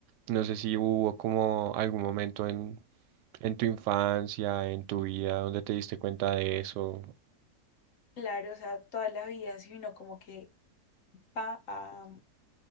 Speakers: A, on the right (about 85°); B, on the left (about 60°).
A: No sé si hubo como algún momento en, en tu infancia, en tu vida, donde te diste cuenta de eso
B: Claro, o sea, toda la vida si uno como que va a